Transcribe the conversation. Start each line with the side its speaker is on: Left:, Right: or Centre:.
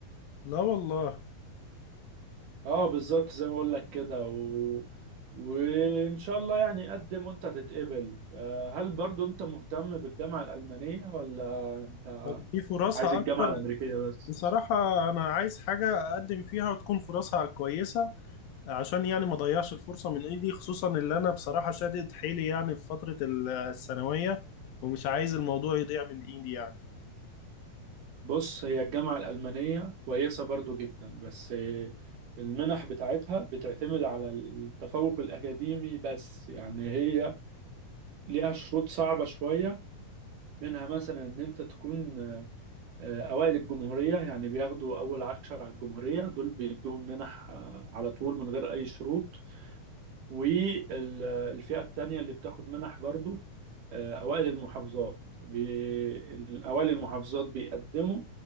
Left: لا والله
Right: اه بالظبط زي ما بقول لك كده و... وان شاء الله يعني قدم وانت تتقبل آه، هل برضو انت مهتم بالجامعة الألمانية ولا انت
Left: طب دي فرصها
Right: عايز الجامعة
Left: أكتر
Right: الأمريكية بس
Left: بصراحة أنا عايز حاجة أقدم فيها وتكون فرصها كويسة عشان يعني ما أضيعش الفرصة من إيدي خصوصا اللي أنا بصراحة شادد حيلي يعني في فترة ال- الثانوية ومش عايز الموضوع يضيع من إيدي يعني
Right: بص هي الجامعة الألمانية كويسة برضو جدا بس آه، المنح بتاعتها بتعتمد على التفوق الأكاديمي بس يعني هي ليها شروط صعبة شوية منها مثلا ان انت تكون آه، أوائل الجمهورية يعني بياخدوا أول عشر على الجمهورية دول بيدوهم منح آه، على طول من غير أي شروط والفئة التانية اللي بتاخد منح برضو آه، أوائل المحافظات بي... أوائل المحافظات بيقدموا